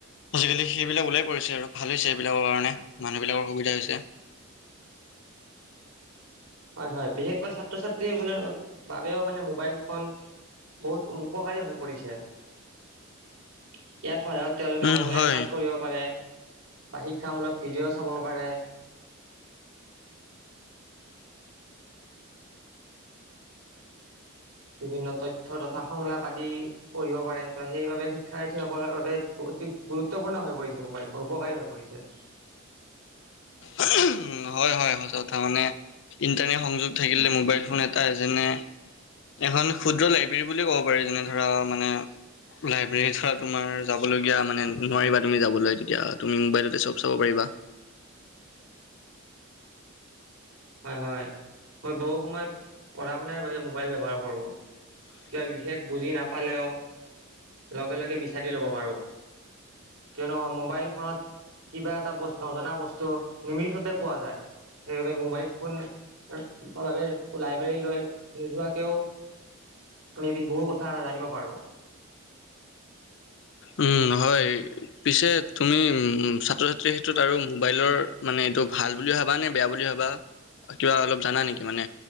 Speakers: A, on the left; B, on the right.
A: আজিকালি সেইবিলাক ওলাই পৰিছে আৰু ভাল হৈছে। সেইবিলাকৰ কাৰণে মানুহবিলাকৰ সুবিধা হৈছে।
B: হয়। হয়। বিশেষকৈ ছাত্ৰ ছাত্ৰী বো বাবেও মানে মোবাইল ফোন বহুত উপকাৰী হৈ পৰিছে। ইয়াৰ সহায়ত তেওঁলোকে
A: উম,
B: অনলাইন
A: হয়।
B: ক্লাছ কৰিব পাৰে, বা শিক্ষামূলক ভিডিঅ' চাব পাৰে। <inaudible> বিভিন্ন তথ্য তথা সংলাপ আদি পঢ়িব পাৰে। ত', সেইবাবে শিক্ষাৰ্থীসকলৰ বাবে অতি গুৰুত্বপূৰ্ণ হৈ পৰিছে মোবাইল ফোন উপকাৰী হৈ পৰিছে।
A: উম', হয়। হয়। হয়। সঁচা কথা মানে <unintelligible> <unintelligible> থাকিলে ম'বাইল ফোন এটাই যেনে এখন <unintelligible> বুলি ক'ব পাৰি। যেনে ধৰা মানে লাইব্ৰেৰীৰ ধৰা তোমাৰ যাবলগীয়া মানে নোৱাৰিবা, তুমি যাবলৈ তেতিয়া তুমি মুম্বাই ততে চব চাব পাৰিবা।
B: হয়। হয়। মই বহু সময় পঢ়া শুনাৰ বাবে মোবাইল ব্যৱহাৰ কৰো। কিবা বিশেষ বুজি নাপালেও লগে, লগে, বিচাৰি ল'ব পাৰো। কিয়নো অ', ম'বাইল ফোনত কিবা এটা বস্তু নজনা বস্তু নিমিষতে পোৱা যায়। সেইবাবে মোবাইল ফোন <unintelligible> <unintelligible> লাইবেৰি লৈ নোযোৱাকেও আমি বিহু কথা জানিব পাৰো।
A: উম', হয়। পিছে তুমি উম, ছাত্ৰ ছাত্ৰীৰ ক্ষেত্ৰত আৰু মোবাইলৰ মানে এইটো ভাল বুলি ভাবা নে? বেয়া বুলি ভাবা কিবা অলপ জানা নেকি মানে?